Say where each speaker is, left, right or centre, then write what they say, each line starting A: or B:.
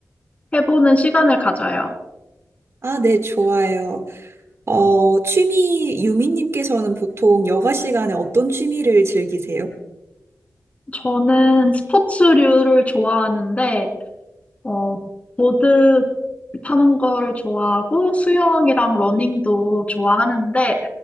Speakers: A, on the left; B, on the right.
A: 해보는 시간을 가져요.
B: 아, 네, 좋아요. 어, 취미, 유미님께서는 보통 여가 시간에 어떤 취미를 즐기세요?
A: 저는 스포츠류를 좋아하는데, 어, 보드 타는 거를 좋아하고 수영이랑 러닝도 좋아하는데,